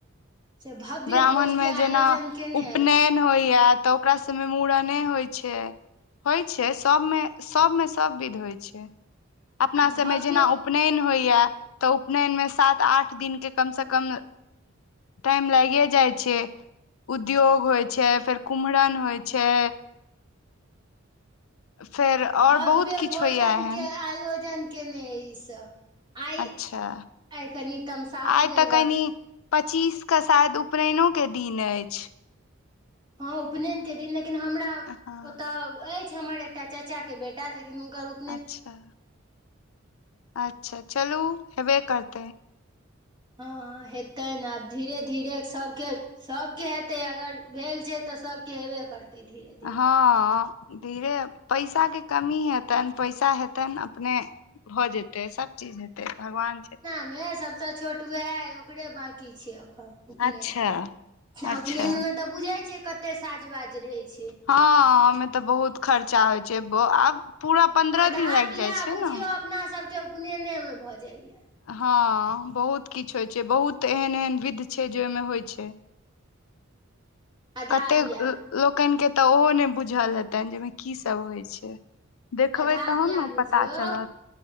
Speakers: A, on the right; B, on the left.
A: से भव्य
B: ब्राह्मणमे
A: भोजके आयोजन
B: जेना
A: केने
B: उपनयन
A: अछि
B: होइया तऽ ओकरा सभमे मूड़ने होइ छै होइ छै सबमे सभमे सब विध होइ छै अपना
A: भव्य
B: सबमे जेना उप उपनयन होइया तऽ उपनयन मे सात आठ दिन के कम से कम टाइम लैग के जाइ छै उद्योग होइ छै फेर कुमरन होइ छै फेर और
A: भव्य
B: बहुत किछु
A: भोजन
B: होइया एहन
A: के आयोजन केने अइ ईसभ आइ
B: अच्छा
A: ए कनी तमशाह वो
B: आइ
A: गेल
B: तऽ
A: रहथिन
B: कनि पच्चीस क शायद उपनैयनो के दिन अछि
A: हँ उपनयन के दिन लेकिन हमरा
B: हँ
A: ओत अय हमर एकटा चचा के बेटा लेकिन हुनकर उ
B: अच्छा अच्छा चलू हेबे करतै
A: हँ हेतै न आब धीरे धीरे सभके सबके हेतै अगर भेल छै तऽ सबके हेबे करतै धीरे धीरे
B: हँ धीरे पैसा के कमी हेतनि पैसा हेतनि अपने भऽ जेतै सभचीज हेतै भगवान छै
A: यै सभसँ छोट वएह अइ ओकरे बाँकी छै एखन उपनेयन
B: अच्छा
A: आ
B: अच्छा
A: उपनेयन मे तऽ बुझै छियै कते साजबाज रहै छै
B: हँ ओहिमे तऽ बहुत खर्चा होइ छै आब पूरा पन्द्रह
A: आधा
B: दिन लागि
A: बियाह
B: जाइ छै
A: बुझियौ
B: न
A: अपना सबके उपनेयने मे भ जाइय
B: हँ बहुत किछु होइ छै बहुत एहन एहन विध छै जे ओहिमे होइ छै <inaudible>
A: आधा
B: कतेक
A: बियाह
B: लोकनिकेँ तऽ ओहो नहि बुझल हेतनि जेहिमे कीसभ होइत छै देखबै
A: आधा
B: तहन
A: बियाह
B: न
A: बुझियौ
B: पता चलत